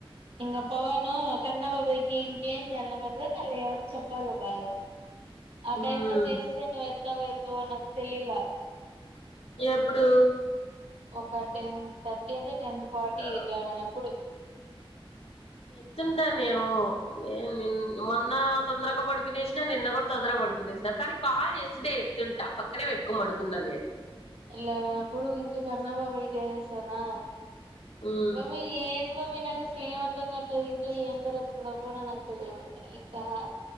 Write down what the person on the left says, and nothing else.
ఉమ్
ఎప్పుడు
ఆ
ఎత్తుంటానేమన్న మొన్న తొందరగా పడుకునేసిన నిన్న కూడా తొందరగా పడి ప కానీ కాల్ చేస్తుంటే ఎత్తుంటా పక్కనే పెట్టుకోమడుకున్నాాల
ఉమ్